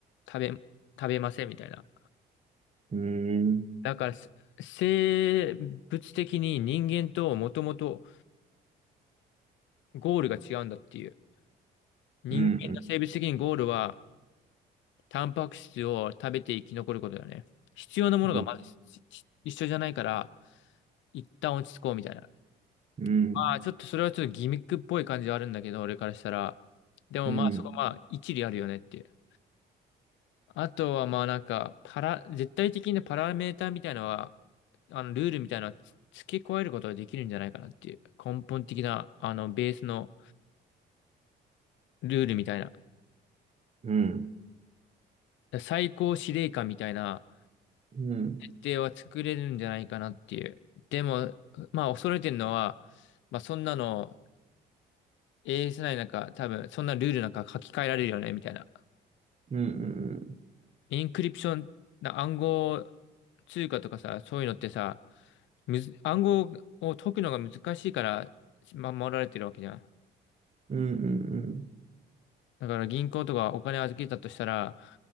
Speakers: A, on the left (about 75°); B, on the right (about 35°).
A: 食べ、食べませんみたいな。
B: うん。うーん。
A: だから、せ生物的に人間ともともとゴールが違うんだっていう。人間の生物的にゴールは、
B: うん
A: タンパク質を食べて生き残ることだよね。必要なものがまだしし一緒じゃないから、
B: うんうん。
A: 一旦落ち着こうみたいな。
B: うん。
A: まあ、ちょっとそれはちょっとギミックっぽい感じはあるんだけど、俺からしたら。でもまあ、
B: うん。
A: そこはまあ、一理あるよねっていう。あとはまあなんか、パラ、絶対的なパラメーターみたいなのは、あの、ルールみたいなのはつ付け加えることができるんじゃないかなっていう。根本的な、あの、ベースのルールみたいな。
B: うん。
A: 最高司令官みたいな、
B: うん。
A: では作れるんじゃないかなっていう。でも、まあ、恐れてるのは、まあ、そんなの、ASI なんか、多分、そんなルールなんか書き換えられるよね、みたいな。
B: うん。うん。
A: インクリプション、な暗号通貨とかさ、そういうのってさ、むず、暗号を解くのが難しいから、ま守られてるわけじゃん。
B: うん。うん。
A: だから銀行とかお金預けたとしたら、